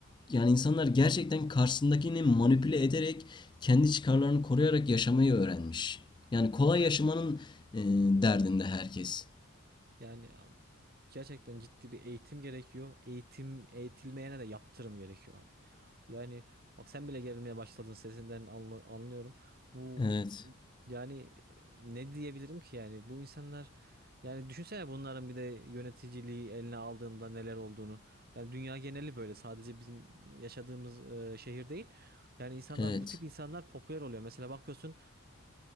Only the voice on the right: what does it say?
Yani Gerçekten ciddi bir eğitim gerekiyor. Eğitim eğitilmeyene de yaptırım gerekiyor abi. Yani bak sen bile gerilmeye başladın sesinden anla- anlıyorum. Bu
yani e, ne diyebilirim ki yani bu insanlar yani düşünsene bunların bir de yöneticiliği eline aldığında neler olduğunu. Yani dünya geneli böyle sadece bizim yaşadığımız e, şehir değil. Yani insanlar
bu tip insanlar popüler oluyor. Mesela bakıyorsun